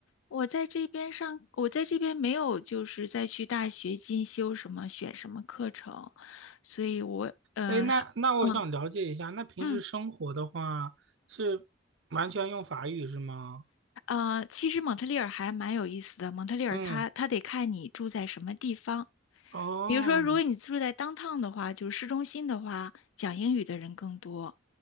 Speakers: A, on the left; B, on the right.
A: 我在这边上，我在这边没有就是再去大学进修什么选什么课程，所以我呃，
B: 哎，那那我想了解一下，
A: 嗯
B: 那平时生活的话是完全用法语是吗？
A: 嗯呃，其实蒙特利尔还蛮有意思的。蒙特利尔它它得看你住在什么地方。
B: 嗯，哦。
A: 比如说，如果你住在 downtown 的话，就是市中心的话，讲英语的人更多；